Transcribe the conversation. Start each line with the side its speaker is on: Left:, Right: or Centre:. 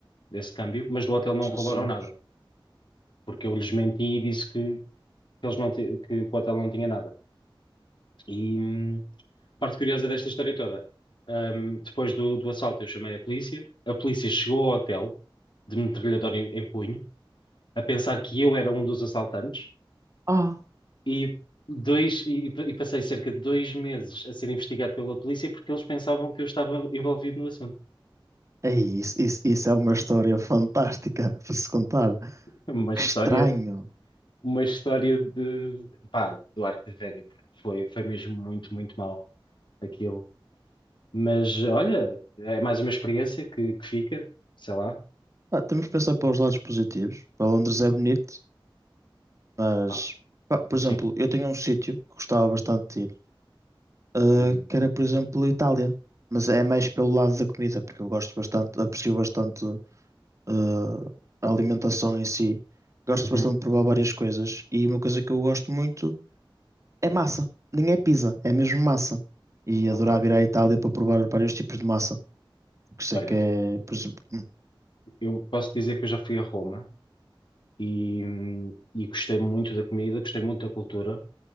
Left: desse câmbio, mas do hotel não
Right: Jesus.
Left: roubaram nada, porque eu lhes menti e disse que, que eles não ti- que o hotel não tinha nada. E hum, parte curiosa desta história toda, hum, depois do, do assalto eu chamei a polícia, a polícia chegou ao hotel, de metralhadora em, em punho, a pensar que eu era um dos assaltantes
Right: Ah,
Left: e... Dois, e, e passei cerca de dois meses a ser investigado pela polícia porque eles pensavam que eu estava envolvido no assunto.
Right: é isso, isso, isso é uma história fantástica <laughs> para se contar.
Left: <laughs> Uma história
Right: Que estranho.
Left: uma história de, pá, do Arco Velha, porque foi, foi mesmo muito, muito mal aquilo. Mas olha, é mais uma experiência que, que fica, sei lá.
Right: Ah, temos de pensar para os lados positivos. Para Londres é bonito, mas,
Left: Pá,
Right: pá, por exemplo,
Left: sim.
Right: eu tenho um sítio que gostava bastante de ir. Uh,
Left: Uhum,
Right: que era, por exemplo, a Itália. Mas é mais pelo lado da comida, porque eu gosto bastante, aprecio bastante uh, a alimentação em si. Gosto
Left: uhum,
Right: bastante de provar várias coisas. E uma coisa que eu gosto muito é massa. Nem é pizza, é mesmo massa. E adorava
Left: ok.
Right: ir à Itália para provar vários tipos de massa. Porque sei
Left: Olha,
Right: que é, por exemplo, hum,
Left: eu posso dizer que eu já fui a Roma e, hum, e gostei muito da comida, gostei muito da cultura,